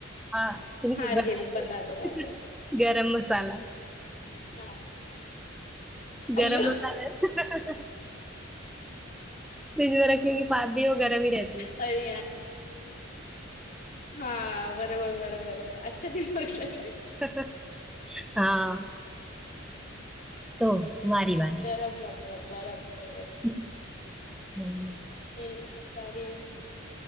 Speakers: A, in the centre; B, on the left (about 45°).
A: हाँ बता
B: हार गई
A: दो
B: मैं बता दो बता
A: <laughs>
B: दो
A: गरम मसाला
B: हाँ
A: गरम
B: अयो
A: मसाला
B: <laughs>
A: <laughs> फ्रिज में रखने की बात भी वो गरम ही रहती है
B: अरे यार हाँ बराबर बराबर बराबर अच्छा दिमाग लगा है
A: <laughs> हाँ तो तुम्हारी बारी
B: गरम मसाला बराबर बराबर
A: <laughs> हम्म
B: मेरी बारी